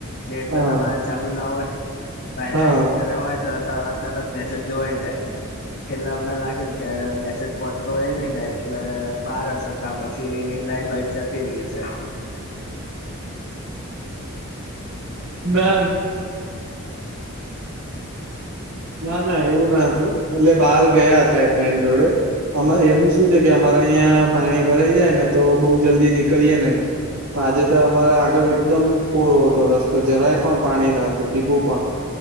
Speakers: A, on the left (about 50°); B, on the right (about 85°).
A: નેટ
B: હા
A: તો તમારે ચાલુ ના હોય વાઇફાઈ
B: હા
A: ઘરે હોય તો તમે તરત મેસેજ જોવાઈ જાય. એટલે અમને લાગ્યું કે મેસેજ પહોચતો હોય ની ને એટલે બાર હશે કા પછી લાઈટ બાઈટ જતી રહી હશે.
B: ના. ના ના એવું ના હતું એટલે બહાર ગયા હતા એ ફ્રેન્ડ જોડે. આમાં એમ શું છે કે અમારે અહિયા પાણી ભરાઈ જાય ને તો બોવ જલ્દી નીકળીએ નહી. આજે તો અમારે આગળ એકદમ કોરો હતો રસ્તો જરાય પણ પાણી ના હતું ટીપું પણ.